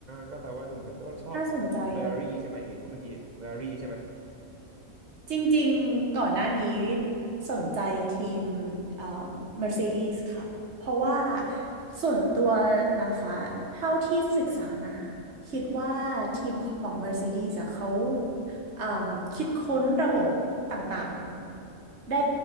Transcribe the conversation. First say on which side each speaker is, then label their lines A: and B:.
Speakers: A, on the right (about 35°); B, on the right (about 50°).
A: ก็แปลว่าดูเหมือนกันแล้วว่าชอบเฟอร์รารี่ใช่ไหมอย่างงี้พูดเมื่อกี้เฟอร์รารี่ใช่ไหม
B: น่าสนใจ จริงๆก่อนหน้านี้สนใจทีมเอ่อ Mercedes ค่ะ เพราะว่าส่วนตัวนะคะเท่าที่ศึกษามาคิดว่าทีมของ Mercedes อะเขาเอ่มคิดค้นระบบต่างๆได้